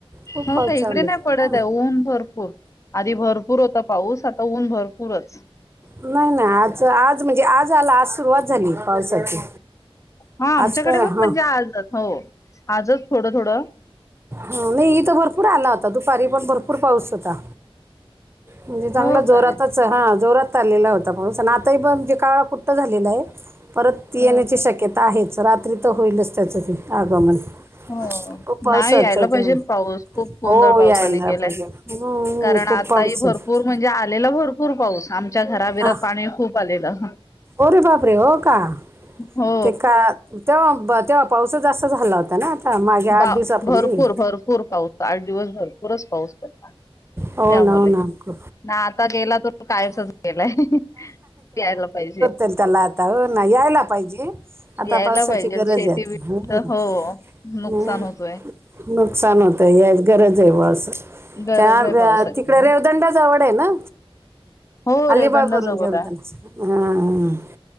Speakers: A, on the right; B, on the left.
A: खूप
B: हो
A: पावस
B: का
A: चालले
B: इकडे नाही पडत
A: हा
B: आहे ऊन भरपूर आधी भरपूर होता पाऊस आता ऊन भरपूरच.
A: नाही नाही आज आज म्हणजे आज आला आज सुरुवात झाली पावसाची.
B: हा आमच्याकडे
A: आज काय
B: पण
A: हां
B: म्हणजे आजच हो आजच थोडं थोडं.
A: ह नाही इथ भरपूर आला होता दुपारी पण भरपूर पाऊस होता. म्हणजे चांगला
B: हो
A: जोरातच.
B: काय
A: हां जोरात चाललेला होता पाऊस आणि आताही पण जे काळा कुठ्टं झालेला आहे परत ती
B: हो
A: येण्याची
B: काय
A: शक्यता आहेच रात्री तर होईलच त्याचं ते आगमन
B: हो.
A: खूप पावसाचं
B: नाही यायला
A: आहे ते.
B: पाहिजे पाऊस खूप
A: हो
B: गोंधळ पावसाने
A: यायला
B: केलाय
A: पाहिजे हम्म,
B: कारण
A: खूप
B: आता
A: पाऊस
B: ह भरपूर.
A: आहे
B: म्हणजे आलेला भरपूर पाऊस आ च्या घराबिरात
A: हां
B: पाणी खूप आलेलं.
A: अरे बापरे हो का
B: हो
A: ते का तेव्हा तेव्हा पावसच जाा झाला होता. हो ना आता मागे
B: बा
A: आठ दिवसा पूर्वी.
B: भरपूर भरपूर पाऊस आठ दिवस भरपूरच पाऊस पडला
A: होन
B: त्यामुळे
A: ना अक
B: ना आता गेला तर कायमसच गेलाय यायला पाहिजे.
A: ला हो ना यायला पाहिजे, आता
B: यायला
A: पावसाची
B: पाहिजे
A: गरज
B: शेती
A: आहे आता.
B: बी- हो नुकसान
A: हम्म.
B: होतोय.
A: नुकसान होतंय, या गरज आहे बा असं.
B: गरज
A: त्या
B: आहे पावसाची.
A: तिकड रेवदंडा जवड आहे ना
B: हो
A: अलीबाग
B: रेवदंड
A: वरून
B: जवळ
A: रेवद
B: आहे.
A: ह